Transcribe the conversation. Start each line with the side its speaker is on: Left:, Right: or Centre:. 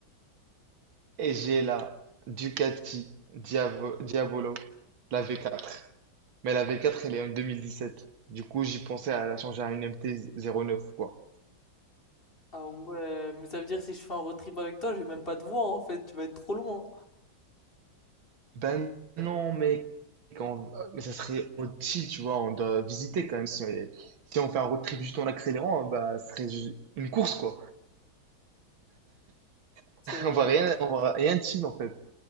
Right: et j'ai la Ducati Diavo- Diavolo, la V4. Mais la V4, elle est en 2017. Du coup, j'y pensais à la changer à une MT-09, quoi.
Left: Ah ouais, mais ça veut dire que si je fais un road trip avec toi, je vais même pas te voir en fait, tu vas être trop loin.
Right: Ben non, mais, quand... mais ça serait utile, tu vois. On doit visiter quand même. Si, on, si on fait un road trip juste en accélérant, bah, ce serait ju- une course, quoi. <laughs>
Left: C'est vrai,
Right: On va rien, on va rien chill, en fait.